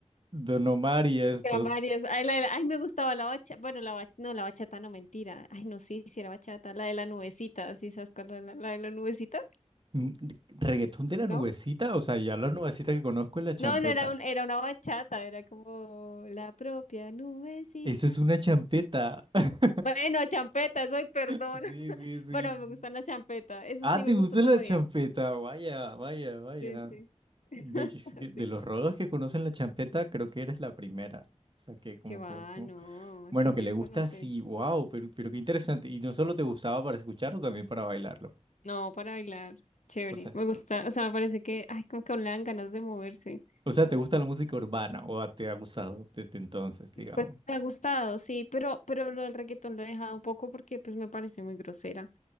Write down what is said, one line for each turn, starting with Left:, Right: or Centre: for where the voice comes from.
Right: Don Omar y estos.
Left: Eran varios. Ay, la de la- ay, me gustaba la bachata. Bueno, la bachata, no, la bachata no, mentira. Ay, no, sí, sí era bachata. La de la nubecita, ¿sí sabes cuál es la, la de la nubecita?
Right: Mm, ¿Reggaetón de la
Left: ¿No?
Right: nubecita? O sea, ya la nubecita que conozco es la champeta.
Left: No, no era un, era una bachata, era como la propia nubecita.
Right: Eso es una champeta. <laughs>
Left: Bueno, champeta, soy perdón.
Right: Sí,
Left: <laughs>
Right: sí, sí. sí.
Left: Bueno, me gustan las champetas, eso
Right: Ah,
Left: sí
Right: ¿te
Left: me gusta
Right: gusta
Left: todavía.
Right: la champeta? Vaya, vaya, vaya.
Left: Sí, sí. <laughs>
Right: Ve, es que De
Left: Sí.
Right: los rolos que conocen la champeta, creo que eres la primera. O sea, que como
Left: Qué va,
Right: que... como-
Left: no, aquí
Right: Bueno,
Left: se
Right: que le gusta,
Left: conoce.
Right: sí, wow, pero, pero qué interesante. Y no solo te gustaba para escucharlo, también para bailarlo.
Left: No, para bailar, chévere.
Right: O sea,
Left: Me gusta, o sea, me parece que, ay, como que aún le dan ganas de moverse.
Right: o sea, ¿te gusta la música urbana o te ha gustado desde entonces, digamos?
Left: ¿sí? Pues me ha gustado, sí, pero, pero lo del reggaetón lo he dejado un poco porque pues me parece muy grosera.